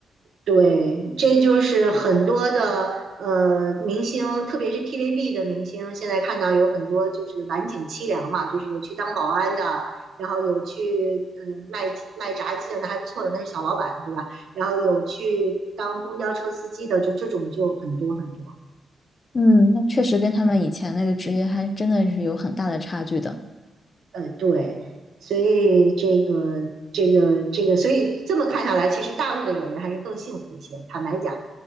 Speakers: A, on the right; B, on the left.
A: 对，这就是很多的呃明星，特别是 TVB 的明星，现在看到有很多就是晚景凄凉嘛，就是有去当保安的，然后有去嗯卖鸡卖炸鸡的，那还不错的，那是小老板，对吧？然后有去当公交车司机的，就这种就很多很多。
B: 嗯，那确实跟他们以前那个职业还真的是有很大的差距的。
A: 呃，对，所以这个这个这个，所以这么看下来，其实大陆的演员还是更幸福一些，坦白讲。